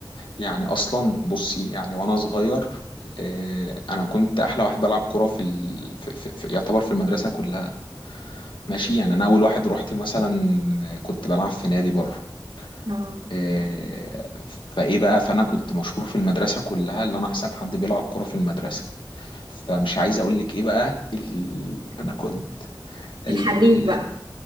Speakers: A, on the left; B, on the right.
A: يعني اصلا بصي يعني وانا صغير آه، انا كنت احلى واحد بلعب كوره في, ال... في, في, في يعتبر في المدرسه كلها ماشي يعني انا اول واحد رحت مثلا كنت بلعب في نادي بره
B: اه
A: آه، فايه بقى فانا كنت مشهور في المدرسه كلها اللي انا احسن حد بيلعب كوره في المدرسه فمش عايز اقول لك ايه بقى ال... انا كنت ال...
B: الحريف بقى